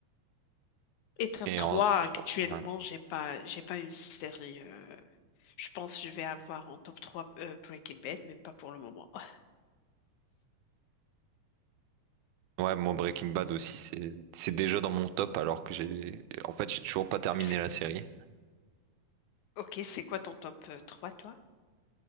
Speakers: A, on the left; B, on the right.
A: Et top
B: Et
A: 3,
B: en
A: actuellement,
B: 3. ouais.
A: j'ai pas, j'ai pas une série. euh, je pense que je vais avoir en top 3 euh, Breaking Bad, mais pas pour le moment. <laughs>
B: Ouais, moi Breaking Bad aussi, c'est c'est déjà dans mon top alors que j'ai en fait j'ai toujours pas terminé
A: C'est-
B: la série.
A: Ok, c'est quoi ton top euh, 3, toi?